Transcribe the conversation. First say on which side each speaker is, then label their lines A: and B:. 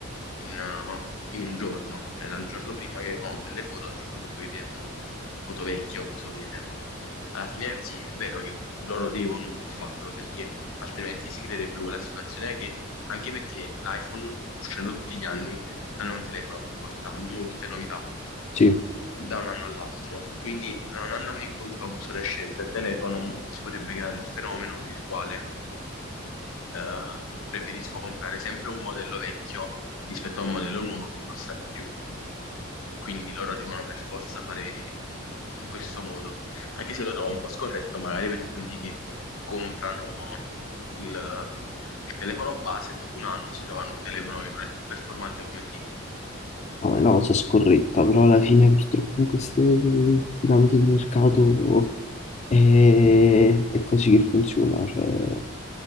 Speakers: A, on the left; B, on the left.
A: in, uh, in un giorno, cioè dal giorno prima che erano belle foto al giorno dopo che diventano foto vecchie, obsolete. Alla fine sì, è vero che loro devono un po' farlo perché altrimenti si creerebbe quella situazione che anche perché l'iPhone uscendo tutti gli anni non è un telefono che porta molte novità
B: sì,
A: da un anno all'altro. Quindi, non andando incontro all'obsolescenza del telefono, si potrebbe creare il fenomeno per il quale eh, preferisco comprare sempre un modello vecchio rispetto a un modello nuovo che costa di più. Quindi loro devono per forza fare in questo modo, anche se lo trovo un po' scorretto, magari per quelli che comprano il il telefono base e dopo un anno si trovano un telefono che non è più performante come prima.
B: No, è una cosa scorretta, però alla fine purtroppo in queste dinamiche di mercato è, è così che funziona, cioè,